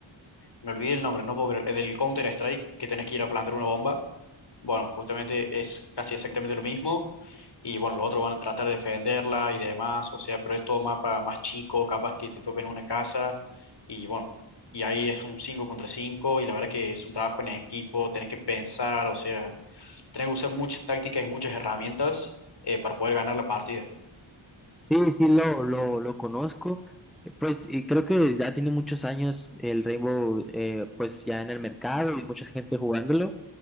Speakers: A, on the left; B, in the centre.
A: Me olvidé el nombre, no puedo creer, el del Counter-Strike, que tenés que ir a plantar una bomba bueno, justamente es casi exactamente lo mismo. Y bueno, los otros van a tratar de defenderla y demás. O sea, pero es todo mapa más chico, capaz que te toquen una casa. Y bueno, y ahí es un 5 contra cinco Y la verdad que es un trabajo en equipo, tenés que pensar, o sea, tenés que usar muchas tácticas y muchas herramientas eh, para poder ganar la partida.
B: Sí, sí lo, lo, lo conozco. Eh, Pues y creo que ya tiene muchos años el Rainbow eh, pues ya en el mercado y mucha gente jugándolo.